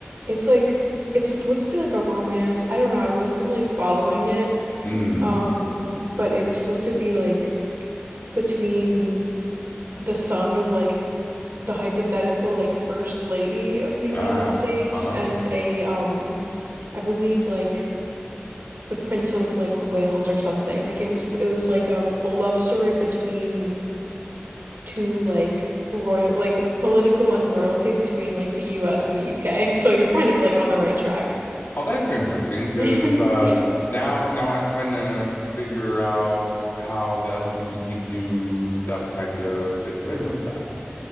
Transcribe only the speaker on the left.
mm,
ah,
uh-huh.
Oh, that's interesting because
uh, now now I'm trying to figure out how the LGBTQ stuff kind of fits in with that.